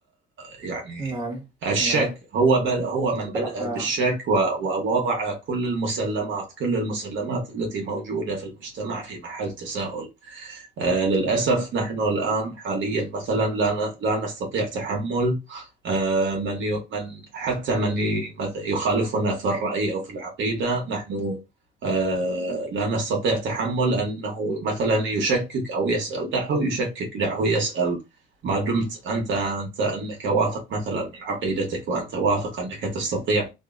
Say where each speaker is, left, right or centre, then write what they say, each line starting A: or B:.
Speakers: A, on the right (about 75°); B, on the right (about 20°).
A: يعني
B: نعم
A: الشك
B: نعم
A: هو بل هو من
B: آه
A: بدأ
B: لا
A: بالشك
B: آه.
A: و- ووضع كل المسلمات كل المسلمات التي موجودة في المجتمع في محل تساؤل آه، للأسف نحن الآن حاليا مثلا لا ن- لا نستطيع تحمل آه، من ي- من حتى من ي- مث- يخالفنا في الرأي أو في العقيدة نحن آه، لا نستطيع تحمل أنه مثلا يشكك أو يسأل دعه يشكك دعه يسأل ما دمت أنت أنت أنك واثق مثلا من عقيدتك وأنت واثق أنك تستطيع